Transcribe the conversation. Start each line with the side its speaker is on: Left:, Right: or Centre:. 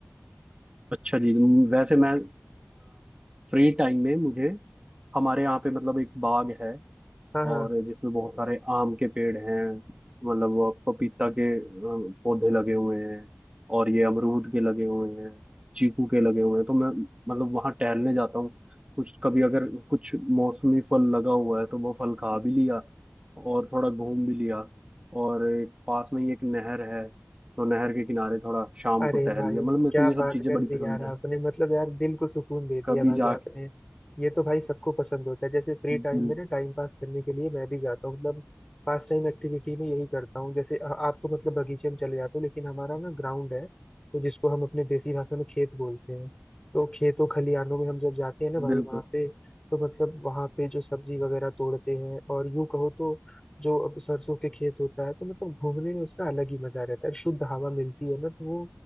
Right: अच्छा जी हम्म, वैसे मैं फ्री टाइम में मुझे हमारे यहाँ पे मतलब एक बाग है
Left: हाँ हाँ
Right: और जिसमें बहुत सारे आम के पेड़ हैं मतलब वो पपीता के अ, पौधे लगे हुए हैं और ये अमरूद के लगे हुए हैं चीकू के लगे हुए हैं तो मैं मतलब वहाँ टहलने जाता हूँ कुछ कभी अगर कुछ मौसमी फल लगा हुआ है तो वो फल खा भी लिया और थोड़ा घूम भी लिया और एक पास में ही एक नहर है तो नहर के किनारे थोड़ा शाम
Left: अरे
Right: को टहल
Left: भाई
Right: लिया मतलब मेरे
Left: क्या
Right: को ये सब
Left: बात
Right: चीज़ें
Left: कर
Right: बड़ी
Left: दी
Right: पसंद
Left: यार आपने
Right: है
Left: मतलब यार दिल को सुकून दे दिया
Right: कभी
Left: भाई
Right: जाके
Left: आपने ये तो भाई सबको पसंद होता है जैसे फ्री
Right: बिल,
Left: टाइम में ना टाइम पास करने के लिए मैं भी जाता हूँ मतलब पास टाइम एक्टिविटी में यही करता हूँ जैसे आ- आप तो मतलब बगीचे में चले जाते हो लेकिन हमारा ना ग्राउंड है तो जिसको हम अपने देसी भाषा में खेत बोलते हैं तो खेतों खलिहानों में हम जब जाते हैं ना भाई
Right: बिल्कुल
Left: वहाँ पे तो मतलब वहाँ पे जो सब्जी वगैरह तोड़ते हैं और यूं कहो तो जो अब सरसों के खेत होता है तो मतलब घूमने में उसका अलग ही मजा रहता है शुद्ध हवा मिलती है ना तो वो